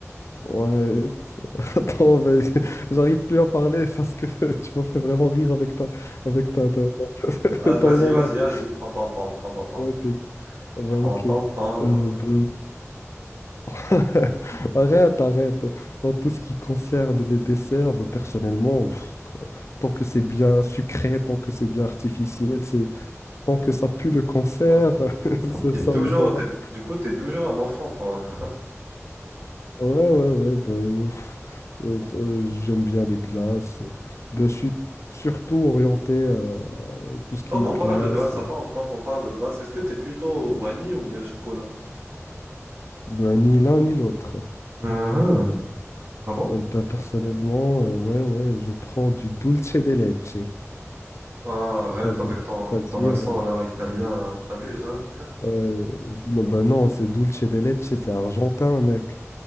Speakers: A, on the left; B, on the right.
A: ouais, <laughs> attends, mais <laughs> j'arrive plus à parler parce que <laughs> tu m'as fait vraiment rire avec ta, avec ta, ta-
B: Ah, vas-y,
A: <laughs> ton nom
B: vas-y,
A: là.
B: vas-y, prends ton temps, prends ton temps.
A: Ouais, t'es- ouais,
B: Prends
A: ok.
B: ton
A: Euh,
B: temps.
A: bah, <laughs> Arrête, arrête. En tout ce qui concerne les desserts, bah, personnellement, pff, tant que c'est bien sucré, tant que c'est bien artificiel, c'est tant que ça pue le cancer,
B: Ah,
A: <laughs> ça,
B: T'es
A: ça
B: toujours,
A: me va.
B: t'es- du coup, t'es toujours un enfant, toi.
A: Ouais, ouais, ouais. bah, pff, euh, t- euh, j'aime bien les glaces. Bah, je suis surtout orienté euh, à tout ce qui
B: Tant qu'on
A: est glace.
B: parle de glace, attends, tant qu'on parle de glace, est-ce que t'es plutôt vanille ou bien chocolat?
A: Bah, ni l'un ni l'autre.
B: Mhm. Ah bon?
A: Euh, bah, personnellement, euh, ouais, ouais, je prends du dulce de leche.
B: Ah,
A: C'est-à-dire
B: arrête avec ton, ton accent là, italien, t'abuses, hein?
A: Ouais, non, bah non, c'est dulce de leche, c'est argentin, mec.